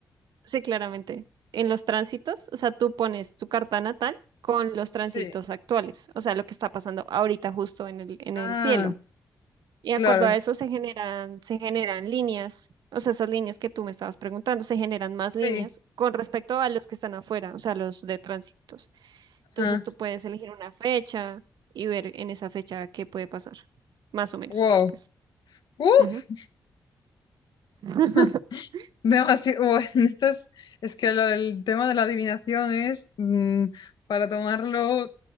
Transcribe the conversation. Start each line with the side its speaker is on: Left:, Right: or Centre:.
Right: sí, claramente, en los tránsitos, o sea, tú pones tu carta natal con los tránsitos
Left: Sí.
Right: actuales, o sea, lo que está pasando ahorita justo en el, en
Left: Ah,
Right: el cielo. Y de
Left: claro.
Right: acuerdo a eso se generan, se generan líneas, o sea, esas líneas que tú me estabas preguntando, se generan más
Left: Sí.
Right: líneas con respecto a los que están afuera, o sea, los de tránsitos. Entonces
Left: Ajá.
Right: tú puedes elegir una fecha y ver en esa fecha qué puede pasar, más o menos,
Left: Wow.
Right: pues.
Left: Uf,
Right: ujú. <laughs>
Left: <laughs> demasiado. Bueno, <laughs> esto es, es que lo del tema de la adivinación es mm, para tomarlo